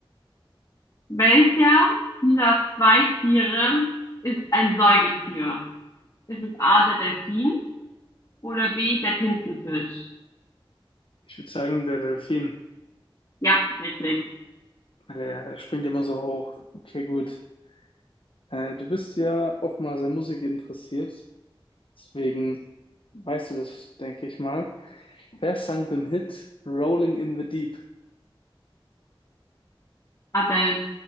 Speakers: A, on the left; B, on the left.
A: welcher dieser zwei Tiere ist ein Säugetier? Ist es A, der Delfin oder B, der Tintenfisch?
B: Ich würde sagen, der Delfin,
A: Ja, richtig.
B: der, der springt immer so hoch. Okay, gut. Äh, du bist ja auch mal sehr musikinteressiert. Deswegen weißt du das, denke ich mal. Wer sang den Hit Rolling in the Deep?
A: Adel.